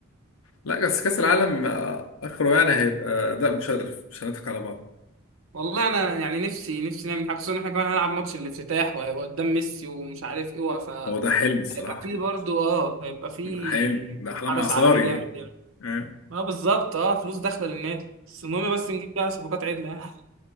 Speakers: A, on the left; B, on the right.
A: لا بس كأس العالم آه، آخره يعني هيبقى أداء مشرف مش هنضحك على بعض
B: والله انا يعني نفسي نفسي نعمل حاجه خصوصا ان احنا كمان هنلعب ماتش الافتتاح وهيبقى قدام ميسي ومش عارف ايه ف
A: هو ده حلم الصراحة
B: هيبقى فيه برضه اه هيبقى فيه
A: ده حلم ده أحلام
B: حدث
A: عصاري
B: عالمي جامد
A: دي
B: يعني
A: آه.
B: ما بالظبط اه فلوس داخله للنادي بس المهم بس نجيب بقى صفقات عدله يعني